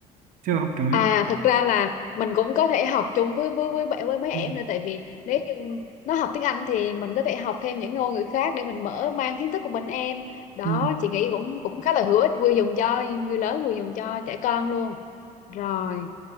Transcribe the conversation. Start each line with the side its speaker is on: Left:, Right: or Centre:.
Right: chưa học tới
Left: À thực ra là mình cũng có thể học chung với với với bạn với mấy em
Right: ừ.
Left: nữa tại vì nếu như nó học tiếng Anh thì mình có thể học thêm những ngôn ngữ khác để mình mở mang kiến thức của mình em. Đó,
Right: Ừ.
Left: chị nghĩ cũng cũng khá là hữu ích vừa dùng cho người lớn vừa dùng cho trẻ con luôn. Rồi,